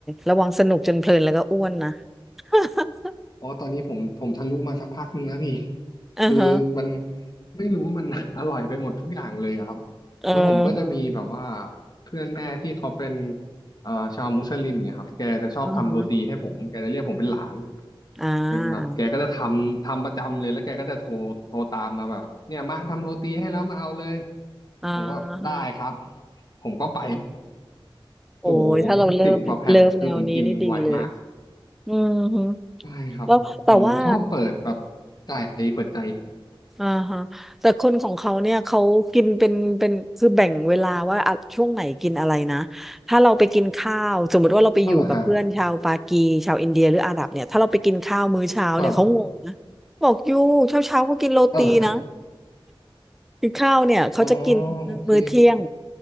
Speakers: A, in the centre; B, on the left.
A: ระวังสนุกจนเพลินแล้วก็อ้วนนะ <laughs>
B: อ๋อตอนนี้ผมผมทะลุมาสักพักหนึ่งแล้วพี่
A: อือฮะ
B: คือมันไม่รู้ว่ามัน <laughs> อร่อยไปหมดทุกอย่างเลยอะครับ
A: เออฮะ
B: แล้วผมก็จะมีแบบว่าเพื่อนแม่ที่เขาเป็นเอ่อชาวมุสลิมเนี่ยครับแกจะชอบทำโรตีให้ผมแกจะเรียกผมเป็นหลาน
A: อือฮะอ่า
B: เป็นแบบแกก็จะทำทำประจำเลยแล้วแกก็จะโทรโทรตามมาแบบเนี่ยมาทำโรตีให้แล้วมาเอาเลย
A: อ่า
B: ผมก็แบบได้ครับ
A: ฮะ
B: ผมก็ไป <laughs>
A: โอ้ยถ้าเราเลิฟเลิฟแนวนี้นี่ดีเลย
B: โโหสิบกว่าแผ่นคือผมกินไวมาก
A: อืมฮึ
B: ใช่ครับผมชอบเปิดแบบ
A: แล้วแต่ว่า
B: ใจเปิดใจ
A: อ่าฮะแต่คนของเขาเนี่ยเขากินเป็นเป็นคือแบ่งเวลาว่าอ่ะช่วงไหนกินอะไรนะถ้าเราไปกินข้าวสมมติว่าเราไปอยู่กับเพื่อนชาวปากีชาวอินเดียหรืออาหรับเนี่ยถ้าเราไปกินข้าวมื้อเช้าเนี่ยเขางงนะ
B: ก็เหรอฮะครับ
A: บอกอยู่เช้าเช้าก็กินโรตีนะ
B: ก็เหรอฮะ
A: กินข้าวเนี่ยเขาจะกิน
B: อ๋อโอเค
A: มื้อเที่ยง